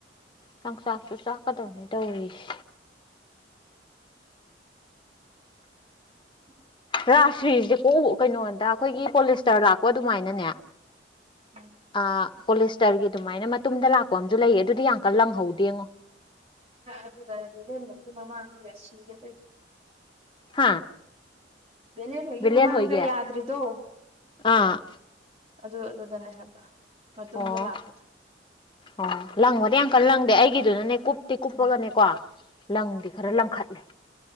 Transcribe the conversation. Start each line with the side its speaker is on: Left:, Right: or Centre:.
Left: ꯂꯪꯆꯥꯛꯁꯨ ꯆꯥꯛꯀꯗꯧꯅꯦ ꯇꯧꯔꯤꯁꯦ
Right: <unintelligible>
Left: ꯔꯥꯁꯔꯤꯁꯦꯀꯣ ꯀꯩꯅꯣꯗ ꯑꯩꯈꯣꯏꯒꯤ ꯄꯣꯂꯤꯁꯇꯔ ꯂꯥꯛꯄ ꯑꯗꯨꯃꯥꯏꯅꯅꯦ
Right: ꯎꯝ
Left: ꯑ ꯄꯣꯂꯤꯁꯇꯔꯒꯤ ꯑꯗꯨꯃꯥꯏꯅ ꯃꯇꯨꯡꯨꯝꯗ ꯂꯥꯛꯄ ꯑꯝꯨ ꯂꯩꯌꯦ ꯑꯗꯨꯗꯤ ꯌꯥꯝ ꯀꯟꯅ ꯂꯪꯍꯧꯗꯦꯡꯉꯣ
Right: ꯑꯗꯨꯗꯅꯗꯤ ꯅ ꯃꯀꯤ ꯃꯃꯥꯡꯗꯨ ꯁꯤꯒꯦ ꯀꯗ
Left: ꯍꯥ
Right: ꯚꯦꯂꯦꯟꯈꯣꯏꯒꯤ
Left: ꯕꯤꯂꯦꯟ
Right: ꯃꯃꯥꯡꯗ
Left: ꯍꯣꯏꯒꯤ
Right: ꯌꯥꯗ꯭ꯔꯤꯗꯣ
Left: ꯑꯥ
Right: ꯑꯗꯨ ꯑꯗꯨꯗꯅꯦ ꯍꯥꯏꯕ ꯃꯇꯨꯝꯗ
Left: ꯑꯣ
Right: ꯂꯥꯛꯄꯗꯣ
Left: ꯑꯣ ꯂꯪꯕꯗꯤ ꯌꯥꯝꯡꯀꯜ ꯂꯪꯗꯦ ꯑꯩꯒꯤꯗꯨꯅꯅꯦ ꯀꯨꯞꯇꯤ ꯀꯨꯞꯄꯒꯅꯦꯀꯣ
Right: ꯎꯝ
Left: ꯂꯪꯗꯤ ꯈꯔ
Right: ꯎꯝ
Left: ꯂꯪꯈꯠꯂꯦ